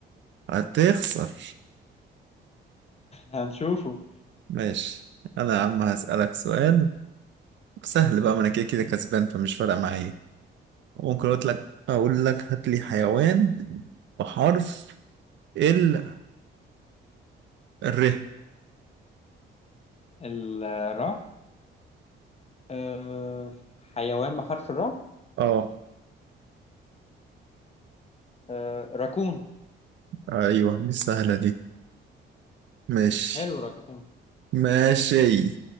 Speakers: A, on the right; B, on the left.
A: هتخسر
B: هنشوفه
A: ماشي انا يا عم هسألك سؤال سهل بقى ما انا كده كده كسبان فمش فارقة معايا ممكن اقول لك اقول لك هات لي حيوان بحرف ال ر
B: الراء آه حيوان بحرف الراء
A: اه
B: آه راكون
A: ايوه دي السهلة دي ماشي
B: حلو راكون
A: ماشي